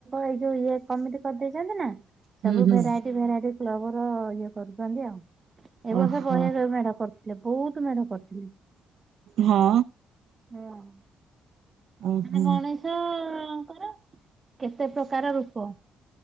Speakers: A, on the right; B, on the right.
A: ଏଇ ଯୋଉ ଇଏ କମିଟି କରିଦେଇଛନ୍ତି ନା,
B: ହୁଁ
A: ସବୁ
B: ହୁଁ
A: ଭେରାଇଟି ଭେରାଇଟି କ୍ଲବ ର ଇଏ କରୁଛନ୍ତି ଆଉ। ଏ
B: ଓହୋ।
A: ବର୍ଷ ବହେ ମେଢ କରିଥିଲେ। ବହୁତ ମେଢ କରିଥିଲେ।
B: ହଁ।
A: ହଁ।
B: ଓହୋ।
A: ମାନେ ଗଣେଶଙ୍କର କେତେ ପ୍ରକାର ରୂପ।